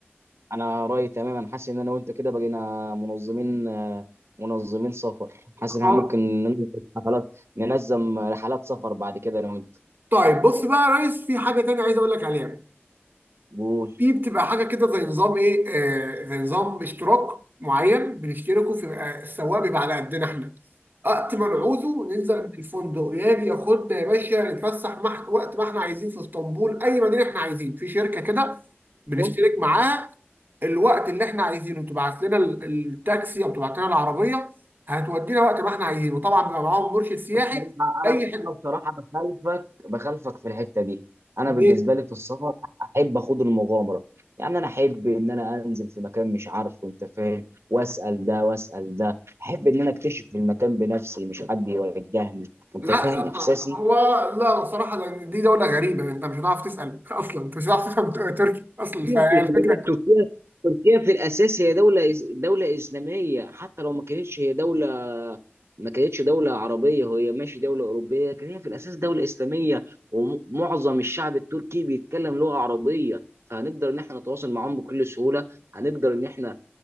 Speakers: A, on the right (about 75°); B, on the right (about 45°).
A: انا رايي تماما حاسس ان انا وانت كده بقينا منظمين آه، منظمين سفر حاسس
B: خلاص.
A: ان احنا ممكن ننظم حفلات ننظم رحلات سفر بعد كده انا وانت
B: طيب بص بقى يا ريس في حاجه تانيه عايز اقول لك عليها
A: قول
B: في بتبقى حاجه كده زي نظام ايه آه زي نظام اشتراك معين بنشتركه في آه، السواق بيبقى على قدنا احنا وقت ما نعوزه ننزل من الفندق يجي ياخدنا يا باشا نتفسح مح- وقت ما احنا عايزين في اسطنبول اي مدينه احنا عايزين في شركه كده بنشترك
A: بص
B: معاها الوقت اللي احنا عايزينه تبعت لنا ال- التاكسي او تبعت لنا العربيه هتودينا وقت ما احنا عايزينه طبعا بيبقى معاهم مرشد سياحي
A: بصراحة انا
B: اي حته
A: انا بصراحه بخالفك بخالفك في الحته دي انا بالنسبه
B: إيه،
A: لي في السفر احب اخد المغامره يعني انا احب ان انا انزل في مكان مش عارفه انت فاهم واسال ده واسال ده احب ان انا اكتشف المكان بنفسي مش حد يوجهني انت
B: لا
A: فاهم
B: ف-
A: احساسي
B: هو لا بصراحة لأن دي دولة غريبة انت مش هتعرف تسأل اصلا انت مش هتعرف تفهم ت- تركي اصلا فالفكرة
A: خلي بالك تركيا تركيا في الاساس هي دوله إس- دوله اسلاميه حتى لو ما كانتش هي دوله ما كانتش دوله عربيه هي ماشي دوله اوروبيه لكن هي في الاساس دوله اسلاميه ومعظم الشعب التركي بيتكلم لغه عربيه فهنقدر ان احنا نتواصل معاهم بكل سهوله هنقدر ان احنا